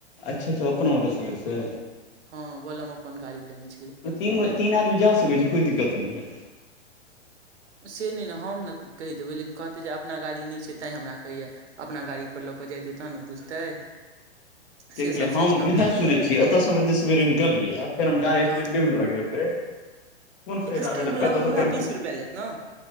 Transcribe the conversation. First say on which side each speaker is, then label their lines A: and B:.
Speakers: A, on the left; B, on the right.
A: अच्छा अच्छ ओपन मोटरसाइकिलसे
B: हँ बोलम अपन गाड़ी लेने छलै
A: तीन तीन आदमी जा सकै छै कोइ दिक्कत नहि हइ
B: से नहि ने हम ने कहि देबै लेकिन कहतै जे अपना गाड़ी नहि छै तैँ हमरा कहैए अपना गाड़ी परर लऽ कऽ जेतै तहन ने बुझतै से
A: कियि
B: सब
A: हम
B: सोचि कऽ
A: इएह
B: नहि
A: सोचै
B: कहै छियै
A: छीियै एतऽसँ हम एते सेरे निकलिय आ फेर हम गाड़ी
B: हँ
A: स्टैंडे मे लगेबै कोन फायदा
B: स्टैंड
A: आ
B: मे लगभग
A: टेम्पू
B: उएह बीस रुपआ लेत ने